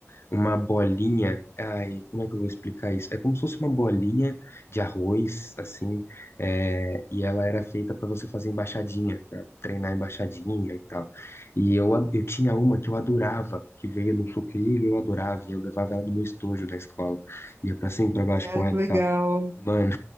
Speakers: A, on the left (about 60°); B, on the right (about 55°).
A: uma bolinha, ai, como é que eu vou explicar isso? É como se fosse uma bolinha de arroz, assim, é, e ela era feita pra você fazer embaixadinha, pra treinar embaixadinha e tal. E eu, a- eu tinha uma que eu adorava, que veio no sucrilho, eu adorava, e eu levava ela no meu estojo da escola, ia pra cima e pra baixo
B: Cara,
A: com ela
B: que legal.
A: e tal. Mano,